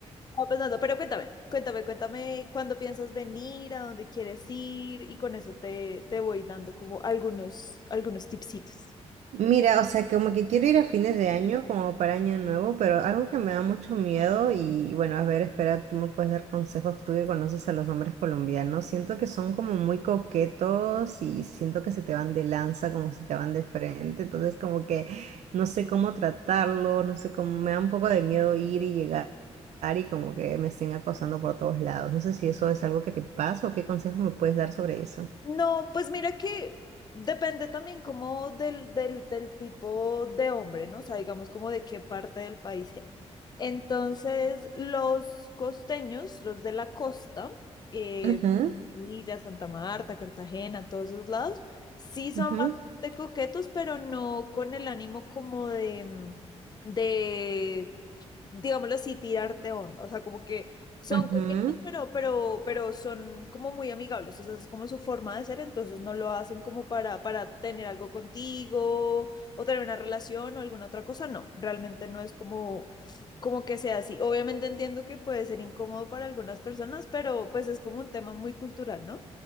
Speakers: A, on the left; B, on the right.
A: estaba pensando. Pero cuéntame, cuéntame, cuéntame cuándo piensas venir, a dónde quieres ir y con eso te, te voy dando como algunos, algunos tipsitos.
B: Mira, o sea, como que quiero ir a fines de año, como para año nuevo, pero algo que me da mucho miedo y bueno, a ver, espera, tú me puedes dar consejos, tú que conoces a los hombres colombianos, siento que son como muy coquetos y siento que se te van de lanza, como se te van de frente, entonces como que no sé cómo tratarlo, no sé cómo, me da un poco de miedo ir y llegar y como que me estén acosando por todos lados, no sé si eso es algo que te pasa o qué consejos me puedes dar sobre eso.
A: No, pues mira que depende también como del, del, del tipo de hombre, ¿no? O sea, digamos como de qué parte del país sea. Entonces, los costeños, los de la costa, eh,
B: Ujú.
A: Villa, Santa Marta, Cartagena, todos esos lados, sí son
B: Ujú,
A: bastante coquetos, pero no con el ánimo como de, mm, de digámoslo así, tirarte onda. O sea, como que son
B: ujú,
A: coquetos, pero, pero, pero son como muy amigables. O sea, es como su forma de ser, entonces no lo hacen como para, para tener algo contigo o tener una relación o alguna otra cosa. No, realmente no es como, como que sea así. Obviamente entiendo que puede ser incómodo para algunas personas, pero pues es como un tema muy cultural, ¿no?